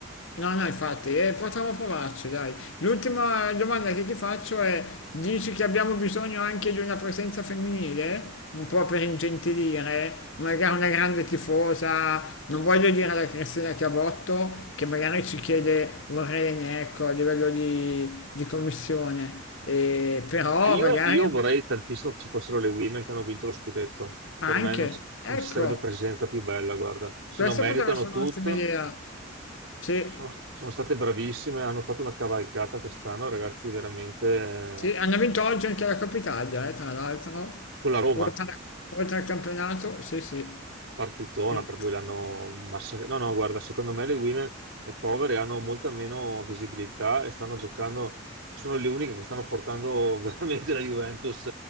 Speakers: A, on the left; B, on the right.
A: No, no, infatti, eh, possiamo provarci, dai. L'ultima domanda che ti faccio è, dici che abbiamo bisogno anche di una presenza femminile? Un po' per ingentilire, magari una grande tifosa, non voglio dire la Cristina Chiabotto, che magari ci chiede un rene, ecco, a livello di, di commissione, Eh, però
B: Io,
A: magari
B: io vorrei tantissimo che ci fossero le women che hanno vinto lo scudetto. Per
A: anche,
B: me non ci,
A: ecco,
B: non ci sarebbe presenza più bella, guarda. Se
A: questa
B: lo meritano
A: potrebbe essere
B: tutte,
A: un'ottima idea. Sì.
B: Sono, sono state bravissime, hanno fatto una cavalcata quest'anno, ragazzi, veramente eh,
A: Sì, hanno vinto oggi anche la Coppa Italia, eh, tra l'altro,
B: con la Roma,
A: oltre, oltre al campionato, sì, sì,
B: partitona,
A: Quindi
B: proprio l'hanno massacrata. No, no, guarda, secondo me le Women è povere, hanno molta meno visibilità e stanno giocando, sono le uniche che stanno portando <laughs> veramente la Juventus